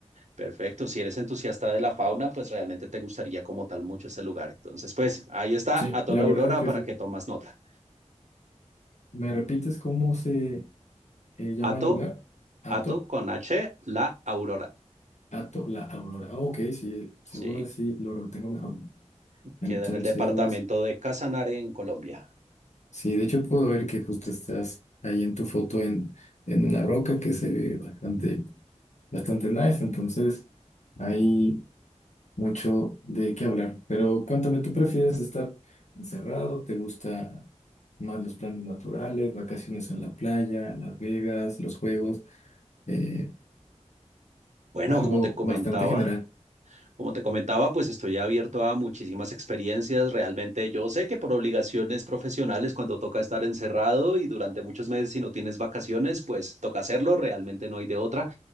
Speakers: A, on the right; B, on the left.
A: perfecto, si eres entusiasta de la fauna, pues realmente te gustaría como tal mucho ese lugar. Entonces pues ahí está
B: sí,
A: Ato
B: la
A: la Aurora
B: verdad es que
A: para
B: sí.
A: que tomas nota.
B: ¿Me repites cómo se eh, llama
A: Ato,
B: el lugar? Ato,
A: Ato con H, la Aurora.
B: Ato, la Aurora. Ah, ok, sí, seguro
A: Sí.
B: así lo retengo mejor. Entonces,
A: Queda en el departamento de Casanare, en Colombia.
B: sí, de hecho puedo ver que justo estás ahí en tu foto en, en una roca que se ve bastante, bastante nice. Entonces, ahí. mucho de qué hablar. Pero cuéntame, ¿tú prefieres estar encerrado? ¿Te gusta más los planes naturales, vacaciones en la playa, Las Vegas, los juegos? Eh,
A: Bueno,
B: algo
A: como te comentaba,
B: bastante general.
A: como te comentaba, pues estoy abierto a muchísimas experiencias. Realmente yo sé que por obligaciones profesionales, cuando toca estar encerrado y durante muchos meses si no tienes vacaciones, pues toca hacerlo, realmente no hay de otra.